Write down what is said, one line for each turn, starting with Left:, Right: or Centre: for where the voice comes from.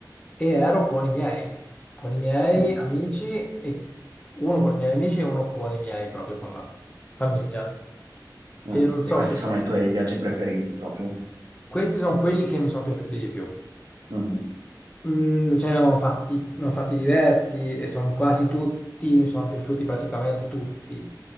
Left: e ero con i miei con i miei
Right: Mm.
Left: amici e uno con i miei amici e uno con i miei, proprio con la famiglia.
Right: Ah,
Left: E non
Right: E
Left: so,
Right: questi
Left: per-
Right: sono i tuoi viaggi preferiti proprio?
Left: questi sono quelli che mi sono piaciuti di più.
Right: Mhm.
Left: Mm, ce ne ho fatti, ne ho fatti diversi e sono quasi tutti, mi sono piaciuti praticamente tutti,